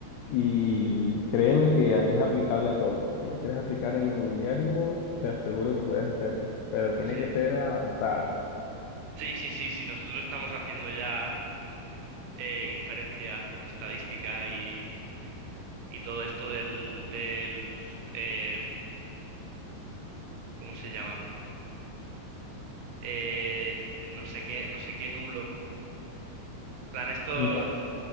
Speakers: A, on the left; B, on the right.
A: Y créeme que a- es aplicable a todo. Si lo quieres aplicar en inmobiliario, te aseguro que puedes hacerlo, pero tiene
B: Sí.
A: que ser avanzada.
B: Sí, sí, sí, sí. Nosotros estamos haciendo ya eh, inferencia estadística y, y todo esto del, del em, ¿cómo se llama? Eh, el no sé qué, no sé qué nulo. En plan, esto,
A: No.
B: t-